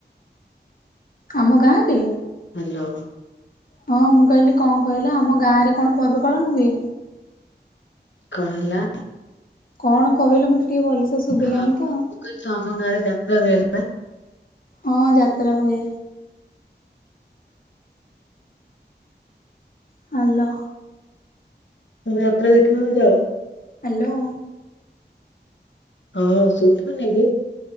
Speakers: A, on the left; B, on the left.
A: ଆମ ଗାଁରେ
B: ହ୍ୟାଲୋ
A: ହଁ ମୁଁ କହିଲି କଣ କହିଲ ଆମ ଗାଁ ରେ କଣ ପର୍ବ ପାଳନ ହୁଏ?
B: କଣ ହେଲା?
A: କଣ କହିଲ ମତେ ଟିକେ ଭଲସେ ଶୁଭିଲାନି
B: ହଁ ହଁ
A: ତ
B: ମୁଁ କହିଲି ତମ ଘରେ ଯାତ୍ରା ହୁଏ ବା
A: ହଁ ଯାତ୍ରା ହୁଏ। ହେଲ୍ଲୋ
B: ତମେ ଯାତ୍ରା ଦେଖିବାକୁ ଯାଅ?
A: ହ୍ୟାଲୋ
B: ହଁ ସୁଧୁ ନି କି?